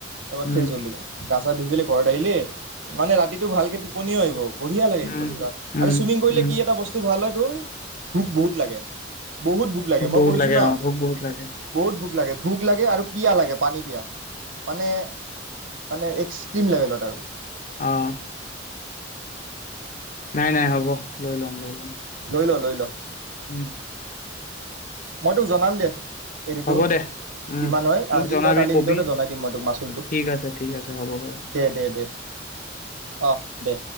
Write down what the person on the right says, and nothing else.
এবাৰ
ফ্ৰেস হলিয়ে। গা চা ধুই পেলে ঘৰত আহিলে। মানে ৰাতিটো ভালকে টোপনিও আহিব। বঢ়িয়া লাগে
একদম পুৰা
আৰু চুইমিং কৰিলে
কি এটা বস্তু ভাল হয় তোৰ ভোক বহুত লাগে। বহুত ভোক লাগে মই
কৰিছোঁ ন'
বহুত ভোক লাগে ভোক লাগে আৰু পিয়াহ লাগে পানী পিয়াহ, মানে মানে এক্সট্ৰিম লেভেলত আৰু।
লৈ ল' লৈ ল'।
মই তোক জনাম দে। এৰিটো
কিমান হয়
আজি
বা কালিৰ
ভিতৰতে জনাই দিম মই তোক মাচুলটো।
দে দে দে, অহ, দে।